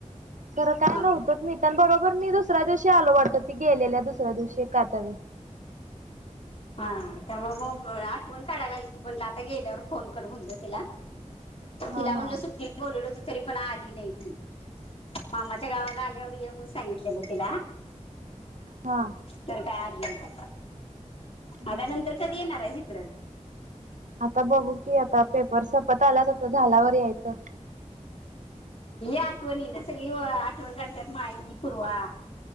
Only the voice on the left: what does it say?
हा
हा.. त्यामुळे मग आठवण काढायला लागली ती म्हंटल आता गेल्यावर फोन कर म्हणल तिला
तिला म्हणल
सुट्टीला बोलवल होत तरी पण आली नाही ती? मामाच्या गावाला आल्यावर ये मून सांगितलेल तिला.
तर काय आली नाय?
आता नंतर कधी येणारये इकड?
आठवणी ना. सगळी आठवणीना काढत्यात माय मी पूर्वा.